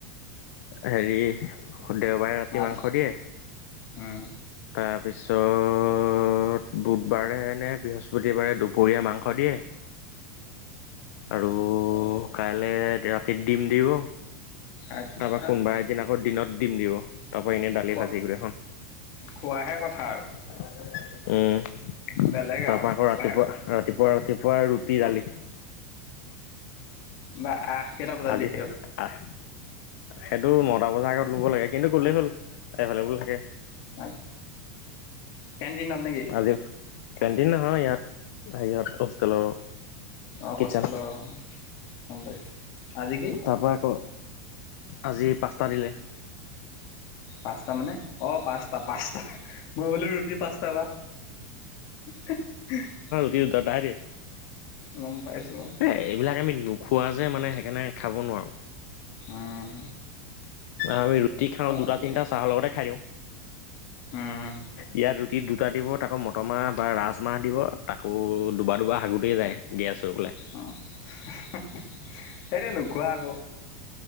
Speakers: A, on the left (about 65°); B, on the left (about 50°).
A: হেৰি দেওবাৰে ৰাতি
B: মাছ
A: মাংস দিয়ে।
B: উম,
A: তাৰপিছত বুধবাৰেনে বৃহস্পতিবাৰে দুপৰীয়া মাংস দিয়ে। আৰু কাইলে ৰাতিত দিম দিব।
B: আচ্ছা
A: তাৰপা কোনবা এদিন আকৌ দিনত দিম দিব। তা পা এনেই দালি
B: খোৱা
A: ভাজি গোটেইখন। উম
B: খোৱাহে কথা আৰু
A: তাৰ
B: বেলেগ আৰু
A: পা আকৌ ৰাতিপুৱা
B: খোৱা
A: ৰাতিপুৱা ৰাতিপুৱা ৰুটি দালি।
B: বা আহ। কেইটা বজাত
A: আজি
B: দিয়ে
A: আহ সেইটো নটা বজাৰ আগত ল'ব লাগে কিন্তু ক'লেই হ'ল এভেলেবল থাকে।
B: অ কেণ্টিনত নেকি?
A: আজি কেণ্টিন নহয় ইয়াত সেইয়ত হোষ্টেলৰ
B: অ
A: কিটচেন
B: হোষ্টেলৰ গম পাইছ আজি কি
A: তা পা আকৌ আজি পাছটা দিলে।
B: পাঁচটা মানে অ পাঁচটা পাঁচটা মই বোলো ৰুট- দুই পাঁচটা বা <unintelligible>
A: দি দদাই দে
B: গম পাইছোঁ অ।
A: এই এইবিলাক আমি নোখোৱা যে মানে সেইকাৰণে খাব নোৱাৰোঁ।
B: অহ।
A: আমি ৰুটি খাওঁ দুটা
B: নাথাকিলে
A: তিনটা চাহৰ লগতে খাই দিওঁ।
B: অঁ
A: ইয়াত ৰুটিত দুটা দিব তাকৌ মটৰমাহ বা ৰাজমাহ দিব তাকো দুবা দুবা সাগুতেই যায় গেছ হৈ পেলাই
B: অ <unintelligible> সেইটো নোখোৱা আক।